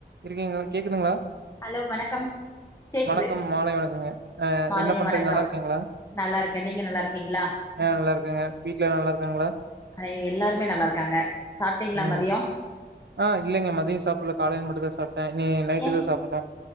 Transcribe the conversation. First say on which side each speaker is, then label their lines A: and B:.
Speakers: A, on the right; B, on the left.
A: இருக்கீங்களா கேக்குதுங்களா
B: ஹலோ வணக்கம் கேக்குது
A: வணக்கம் மாலை வணக்குங்க ஆ
B: மாலை
A: என்ன பண்றீங்க
B: வணக்கம்
A: நல்லா இருக்கீங்களா
B: நல்லா இருக்கே நீங்க நல்லா இருக்கீங்களா
A: ஆ நல்லா இருக்காங்க வீட்ல எல்லா நல்லா இருக்காங்களா
B: அ எல்லாருமே நல்லா இருக்காங்க சாப்ட்டீங்களா
A: ம்.
B: மதியோ
A: ஆ இல்லைங்க மதியோ சாப்பல்ல காலைல மட்டோ தா சாப்ட்டே இனி நைட்டு
B: ஏ
A: தா சாப்பிடனு